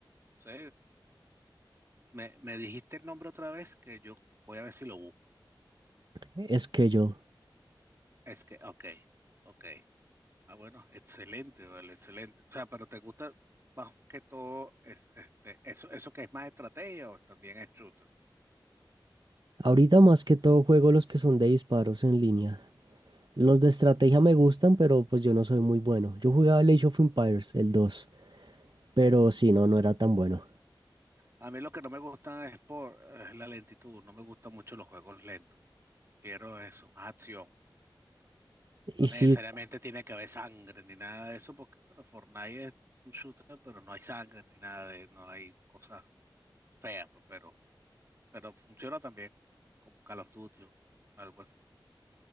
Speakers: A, on the right; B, on the right.
A: Sí. Me, me dijiste el nombre otra vez que yo voy a ver si lo busco.
B: es que yo.
A: Es que, ok, ok. Ah, bueno, excelente, vale, excelente. O sea, pero te gusta más que todo es, este, eso, eso que es más estrategia o también es shooter.
B: Ahorita más que todo juego los que son de disparos en línea. Los de estrategia me gustan, pero pues yo no soy muy bueno. Yo jugaba el Age of Empires, el dos pero si no, no era tan bueno.
A: A mí lo que no me gusta es por es la lentitud, no me gustan mucho los juegos lentos. Quiero eso, más acción.
B: Y
A: No necesariamente
B: sí,
A: tiene que haber sangre ni nada de eso, porque bueno, Fortnite es un shooter, pero no hay sangre ni nada de, no hay cosas feas, pe- pero, pero funciona también, como Call of Duty o algo así.